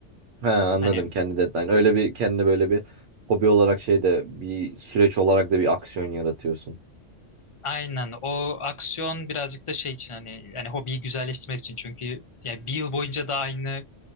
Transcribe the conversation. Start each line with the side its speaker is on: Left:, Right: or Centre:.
Right: Ha anladım
Left: Hani
Right: kendi deadline. Öyle bir kendi böyle bir hobi olarak şey de bir süreç olarak da bir aksiyon yaratıyorsun.
Left: aynen o aksiyon birazcık da şey için hani yani hobiyi güzelleştirmek için çünkü yani bir yıl boyunca da aynı